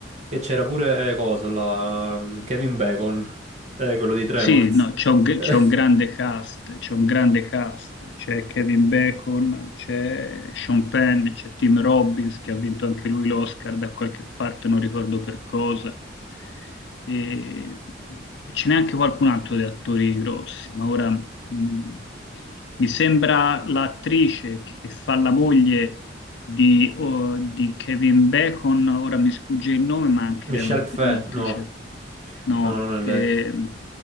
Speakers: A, on the right; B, on the left.
A: e c'era pure, eh, coso, la, mm, Kevin Bacon, eh, quello di Tremors.
B: Sì, no, c'è un, c'è
A: <laughs>
B: un grande cast, c'è un grande cast, c'è Kevin Bacon, c'è Sean Penn, c'è Tim Robbins che ha vinto anche lui l'Oscar da qualche parte, non ricordo per cosa. E, e ce n'è anche qualcun altro di attori grossi, ma ora mh, mi sembra l'attrice che fa la moglie di, o- di Kevin Bacon, ora mi sfugge il nome, ma anche
A: Michelle
B: lei è una-
A: Pfeff,
B: è un'attrice.
A: no,
B: No,
A: no, no, non è lei.
B: ehm,